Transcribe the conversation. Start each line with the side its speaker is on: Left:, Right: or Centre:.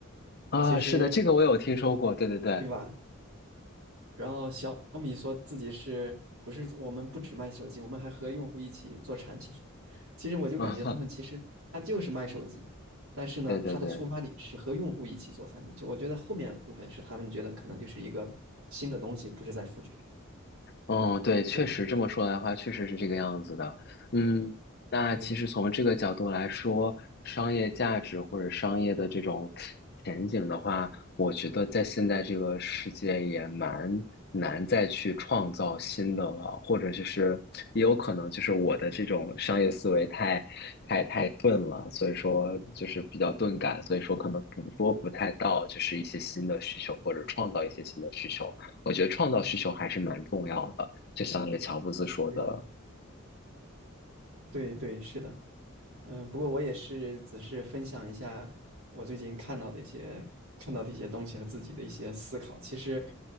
Left: 啊，
Right: 其实
Left: 是的，这个我有听说过，对对对，
Right: 对吧？然后小米说自己是不是我们不只卖手机，我们还和用户一起做产品。<laughs> 其实我就感觉他们其实他就是卖手机，
Left: 啊，
Right: 但是呢，
Left: <laughs> 对对对。
Right: 他的出发点是和用户一起做产品。就我觉得后面部分是他们觉得可能就是一个新的东西，不是在复制，
Left: 嗯，对，确实这么说来的话，
Right: 对吧？
Left: 确实是这个样子的。嗯，那其实从这个角度来说，
Right: 对
Left: 商业价值或者商业的这种前景的话，我觉得在现在这个世界也蛮难再去创造新的了，或者就是也有可能就是我的这种商业思维太太太钝了，所以说就是比较钝感，所以说可能捕捉不太到就是一些新的需求或者创造一些新的需求。我觉得创造需求还是蛮重要的，就像那个乔布斯说的，
Right: 对对对，是的。嗯，不过我也是，只是分享一下我最近看到的一些看到的一些东西和自己的一些思考。其实，